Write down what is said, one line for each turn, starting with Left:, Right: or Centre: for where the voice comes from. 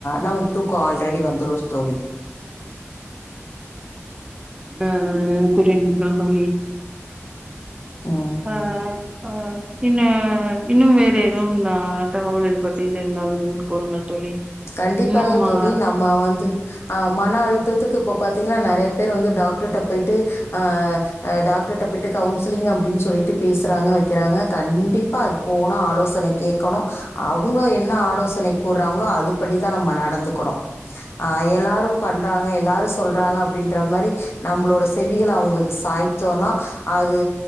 Left: நமக்கு தூக்கோ ஆல்ரெடி வந்துரு தோழி
Right: ஆஹ் கூறினீர்கள் தோழி
Left: ம்.
Right: ஆ ஆ இன்ன இன்னும் வேற எதுவும் நா தகவல் இது பத்தி தெரிந்தால் கூறுங்கள் தோழி
Left: கண்டிப்பாக
Right: இன்னும்
Left: தோழி
Right: ஆ
Left: நம்ம வந்து அ ம ன அழுத்தத்துக்கு இப்ப பாத்தீங்கன்னா நெறைய பேர் வந்து டாக்டர்கிட்ட போயிட்டு ஆ அ டாக்டர்ட்ட போய்ட்டு கவுன்சிலிங் அப்டின்னு சொல்லிட்டு பேசுறாங்க வெக்கிறாங்க கண்டிப்பா அது போனா ஆலோசனை கேட்கணு அவ்ங்க என்ன ஆலோசனை கூறாங்களோ அதுக் தா நம்ம நடந்துக்கணு ஆ எல்லாரு பண்றாங்க எல்லாரு சொல்றாங்க அப்டின்ற மாரி நம்மளோட செவிகள அவங்களுக்கு சாய்சோனா அது